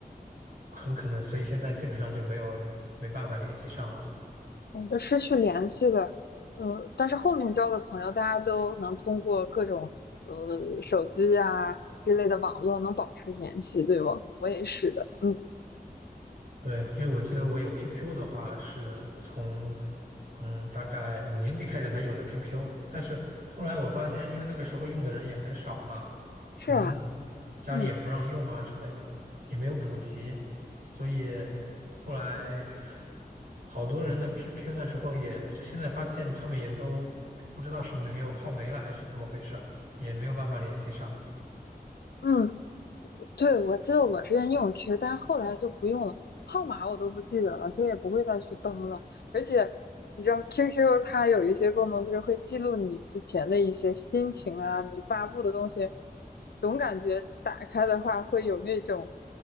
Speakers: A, on the right; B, on the left.
A: 很可能，所以现在基本上就没有没办法联系上了。
B: 嗯就失去联系的，呃，但是后面交的朋友，大家都能通过各种呃手机啊之类的网络能保持联系，对不？我也是的，嗯，
A: 对，因为我记得我有 QQ 的话是从嗯大概五年级开始才有的 QQ，但是后来我发现，因为那个时候用的人也很少嘛，
B: 是啊，
A: 可能家里也不让用啊之类的，
B: 嗯
A: 也没有普及，所以后来好多人的 QQ 那时候也现在发现他们也都不知道是没有号没了还是怎么回事儿也没有办法联系上，
B: 嗯。对，我记得我之前用 Q，但是后来就不用了，号码我都不记得了，所以也不会再去登了。而且你知道 QQ 它有一些功能，就是会记录你之前的一些心情啊，你发布的东西，总感觉打开的话会有那种